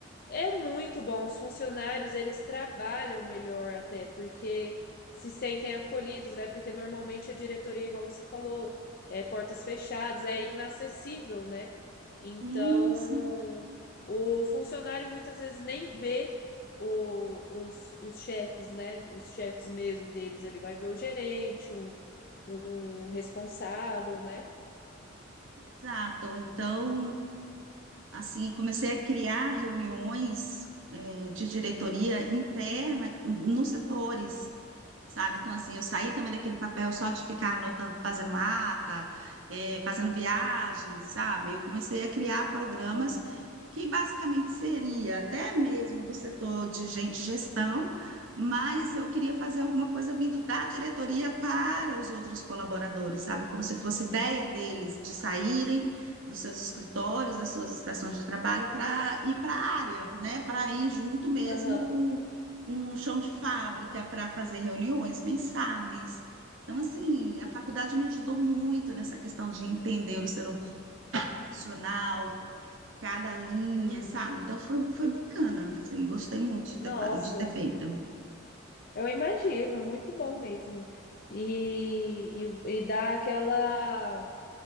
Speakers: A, on the left; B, on the right.
A: É muito bom. Os funcionários, eles trabalham melhor até, porque se sentem acolhidos, né? Porque normalmente a diretoria, igual você falou, é portas fechadas, é inacessível, né? Então,
B: Sim, sim.
A: o funcionário muitas vezes nem vê o- os, os chefes, né? Os chefes mesmo deles. Ele vai ver o gerente, um, um responsável, né?
B: Exato. Então, assim, eu comecei a criar reuniões, eh, de diretoria interna nos setores. sabe? Então, assim, eu saí também daquele papel
A: Uhum.
B: só de ficar anotando, fazendo ata, eh, fazendo viagem, sabe? Eu comecei a criar programas
A: Sim.
B: que basicamente seria até mesmo do setor de gente gestão, mas eu queria fazer alguma coisa vindo da diretoria para os outros colaboradores, sabe? Como se fosse ideia deles de saírem dos seus escritórios, das suas estações de trabalho para ir para a área, né? Para ir junto mesmo
A: Aham.
B: com um chão de fábrica para fazer reuniões mensais. Então, assim, a faculdade me ajudou muito nessa questão de entender o ser humano profissional, cada linha,
A: Uhum.
B: sabe? Então, foi, foi bacana, assim, gostei muito de
A: Nossa.
B: ter, fa- de ter feito.
A: Eu imagino, é muito bom mesmo. E, e, e dá aquela